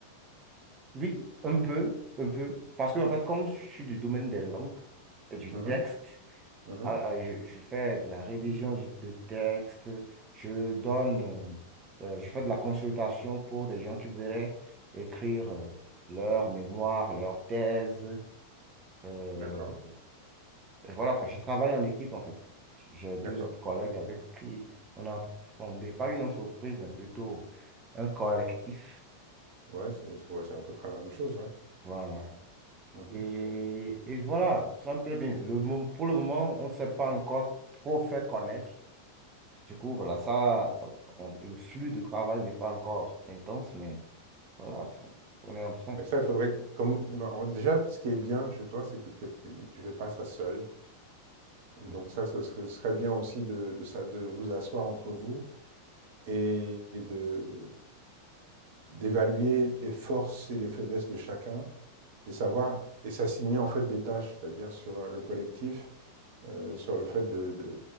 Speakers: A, on the right; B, on the right.
A: oui, un peu, un peu. Parce que en fait, comme je suis du domaine des langues, et du
B: Mhm,
A: texte,
B: mhm,
A: Ah, ah, je, je fais de la révision du- de texte, je donne, euh, euh, je fais de la consultation pour des gens qui voudraient écrire euh, leur mémoire, leur thèse. euh,
B: D'accord,
A: et voilà, quand je travaille en équipe, en fait, j'ai deux
B: d'accord.
A: autres collègues avec qui on a fondé, pas une entreprise, mais plutôt un collectif.
B: Ouais, c'est ouais, c'est à peu près la même chose, ouais.
A: Voilà.
B: Mhm.
A: Et, et voilà, ça me plaît bien. Le, mo- pour le moment, on ne s'est pas encore trop fait connaître. Du coup, voilà, ça, ça- enfin, le flux de travail n'est pas encore intense, mais voilà, c'est- on est en train.
B: Mais ça, il faudrait. que- Comme, bon, déjà, ce qui est bien chez toi, c'est que t'es- tu ne fais pas ça seul. Donc,
A: Mhm,
B: ça, ce serait ce serait bien aussi de, de, sa- de vous asseoir entre vous et de d'évaluer les forces et les faiblesses de chacun et savoir et s'assigner en fait des tâches, c'est-à-dire sur le collectif, euh, sur le fait de, de,